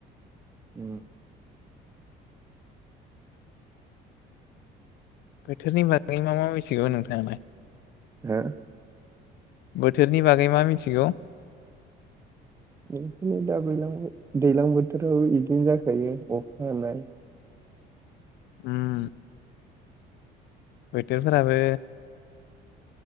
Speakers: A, on the right; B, on the left.
A: उम
B: बोथोरनि बागै मा मा मिथिगौ नोंथाङालाय।
A: हो
B: बोथोरनि बागै मा मिथिगौ?
A: बिदिनो दा दैज्लां बोथोरावो बिदिनो जाखायो अखा हानाय
B: उम बोथोरफोराबो